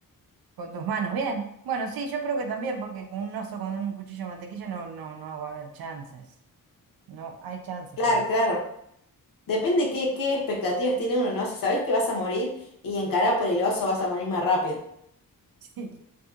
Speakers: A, on the right; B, on the left.
A: con tus manos. Bien. Bueno, sí, yo creo que también, porque con un oso con un cuchillo de mantequilla no, no, no va a haber chances. No hay chance
B: Claro,
A: con eso.
B: claro.
A: <laughs>
B: Depende qué, qué expectativas tiene uno, ¿no? Si sabes que vas a morir y encará por el oso vas a morir más rápido.
A: Sí.